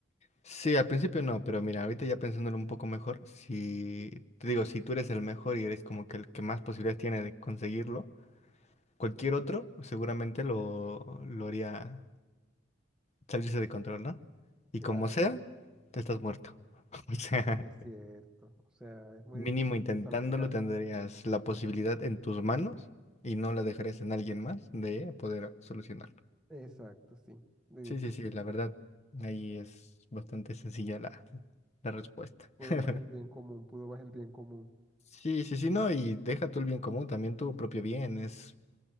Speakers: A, on the left; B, in the centre.
A: sí, al principio no, pero mira, ahorita ya pensándolo un poco mejor, si te digo, si tú eres el mejor y eres como que el que más posibilidades tiene de conseguirlo, cualquier otro seguramente lo, lo haría salirse de control, ¿no?
B: <laughs>
A: Y
B: Claro,
A: como sea, te estás muerto. <laughs> O sea,
B: es cierto. O sea, es muy
A: mínimo
B: difícil
A: intentándolo
B: que salga... ga-
A: tendrías la posibilidad en tus manos y no la dejarías en alguien más de poder solucionarlo.
B: Exacto, sí. De
A: Sí,
B: que
A: sí, sí,
B: se
A: la verdad, ahí es bastante sencilla la, la respuesta.
B: pudo
A: <laughs>
B: más el bien común, pudo más el bien común.
A: Sí, sí, sí, no, y deja tú el bien común, también tu propio bien, es